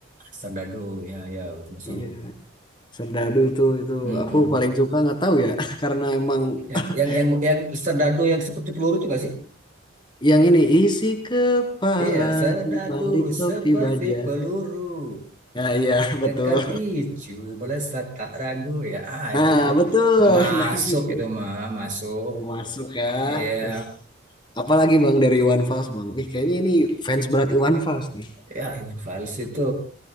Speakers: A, on the right; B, on the left.
A: Serdadu ya ya itu masuk
B: Iya, Serdadu tuh itu
A: Mm-mm.
B: aku paling suka nggak tahu ya, <laughs> karena emang
A: Yang,
B: <laughs>
A: yang yang yang serdadu yang seperti peluru itu nggak sih?
B: yang ini isi kepala
A: Iya, serdadu
B: di balik topi
A: seperti
B: baja.
A: peluru.
B: Nah, iya, <laughs>
A: Tekan
B: betul.
A: picu, melesat tak ragu ya. Ah,
B: Nah,
A: itu tuh
B: betul.
A: masuk
B: <laughs> Nah, itu.
A: itu mah masuk.
B: Mau masuk ya.
A: Iya,
B: Wih. Apalagi Bang dari Iwan Fals Bang. Wih, kayaknya ini fans berat Iwan Fals nih.
A: ya Iwan Fals itu